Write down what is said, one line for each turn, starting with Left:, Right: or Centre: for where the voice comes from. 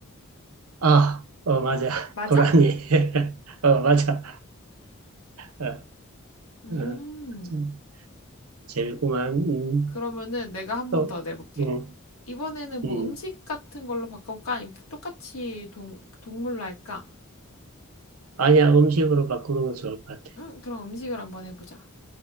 Right: 아, 어, 맞아. <laughs>
Left: 맞아?
Right: 고라니. <laughs> 어, 맞아. 어,
Left: 음,
Right: 어. 참, 재밌구만. 음,
Left: 그러면은 내가 한
Right: 또,
Left: 번 더 내볼게.
Right: 음,
Left: 이번에는 뭐
Right: 음.
Left: 음식 같은 걸로 바꿔볼까? 아니면 똑같이 동, 동물로 할까?
Right: 아니야, 음식으로 바꾸는 건 좋을 것 같아.
Left: 응, 그럼 음식을 한번 해보자.